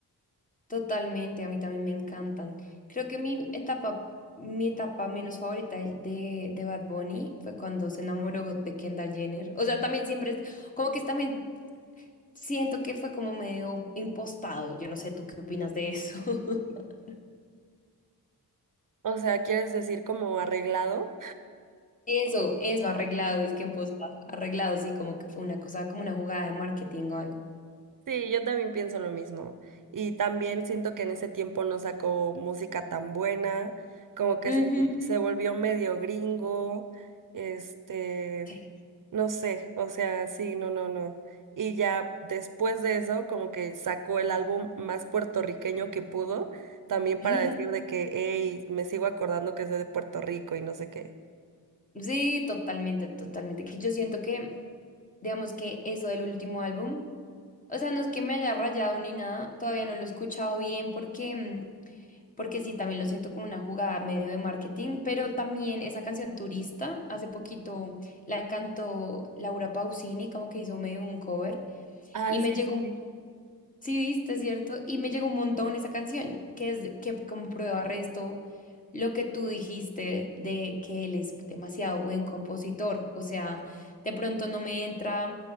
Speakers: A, on the left (about 20°); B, on the right (about 55°).
A: Totalmente, a mí también me encantan. Creo que mi etapa, mi etapa menos favorita de, de Bad Bunny fue cuando se enamoró de Kendall Jenner. O sea, también siempre, es- como que también siento que fue como medio impostado. Yo no sé, ¿tú qué opinas de eso? <laughs>
B: O sea, ¿quieres decir como arreglado?
A: Eso, eso, arreglado, es que impostado, arreglado, sí, como que fue una cosa, como una jugada de marketing o algo.
B: Sí, yo también pienso lo mismo. Y también siento que en ese tiempo no sacó música tan buena, como que
A: Ujú.
B: se, se volvió medio gringo, este,
A: Sí.
B: no sé, o sea, sí, no, no, no. Y ya después de eso, como que sacó el álbum más puertorriqueño que pudo, también
A: <laughs>
B: para decir de que, hey, me sigo acordando que soy de Puerto Rico y no sé qué.
A: Sí, totalmente, totalmente. Que yo siento que digamos que eso del último álbum. O sea, no es que me haya rayado ni nada, todavía no lo he escuchado bien porque, mm, porque sí, también lo siento como una jugada medio de marketing, pero también esa canción Turista, hace poquito la cantó Laura Pausini, como que hizo medio un cover,
B: Ah,
A: y
B: sí,
A: me llegó
B: sí, sí,
A: Sí, viste, ¿cierto? Y me llegó un montón esa canción, que es que como prueba resto lo que tú dijiste de que él es demasiado buen compositor. O sea, de pronto no me entra.